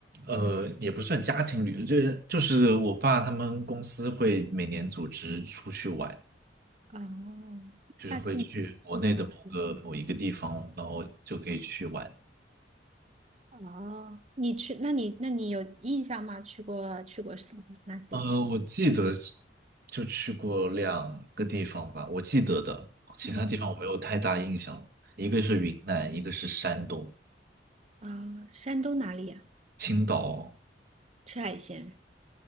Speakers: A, on the right; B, on the right.
A: 呃，也不算家庭旅游，就是就是我爸他们公司会每年组织出去玩，
B: 哦，
A: 就是会去国内的某个某一个地方，
B: 大概你去过哪里？
A: 然后就可以去玩。
B: 哦，你去，那你那你有印象吗？去过去过什么哪些地
A: 呃，我记得就去过两个地方吧，我记得的，其他地方我没有太大印象，
B: 方嗯，
A: 一个是云南，一个是山东，
B: 啊，哦山东哪里呀、
A: 青岛。
B: 吃海鲜